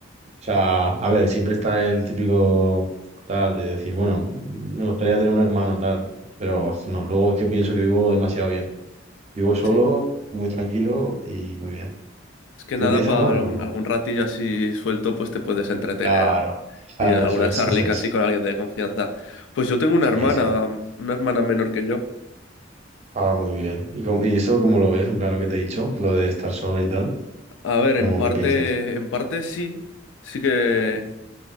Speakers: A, on the right (about 35°); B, on the left (about 80°).
A: O sea, a ver, siempre está el típico tal de decir, bueno, me gustaría tener un hermano, tal. Pero no, luego es que pienso que vivo demasiado bien. Vivo solo,
B: Sí,
A: muy tranquilo y muy bien.
B: es que
A: ¿Tú
B: nada,
A: tienes
B: para
A: hermanos
B: algún,
A: o cómo?
B: algún ratillo así suelto, pues te puedes entretener
A: Claro, claro,
B: y alguna
A: eso es,
B: charlica
A: <laughs> eso es.
B: así con alguien de confianza. Pues yo tengo una
A: Sí,
B: hermana,
A: sí.
B: una hermana menor que yo.
A: Ah, muy bien. ¿Y, cómo- y eso cómo lo ves? En plan, lo que te he dicho, lo de estar solo y tal.
B: A ver,
A: ¿Cómo
B: en parte,
A: qué piensas?
B: en parte sí, sí que.